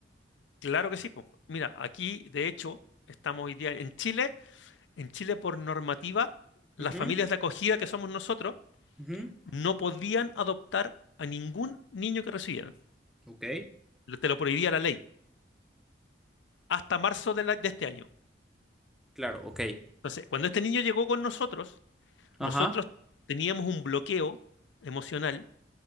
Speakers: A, on the left (about 80°); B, in the centre.
A: claro que sí, po. Mira, aquí, de hecho, estamos hoy día en Chile. En Chile, por normativa, las
B: Ujú,
A: familias de acogida que somos nosotros
B: ujú.
A: no podían adoptar a ningún niño que recibieran.
B: Ok.
A: Lo- Te lo prohibía la ley hasta marzo de, la- de este año.
B: Claro, ok.
A: Entonces, cuando este niño llegó con nosotros,
B: Ajá,
A: nosotros teníamos un bloqueo emocional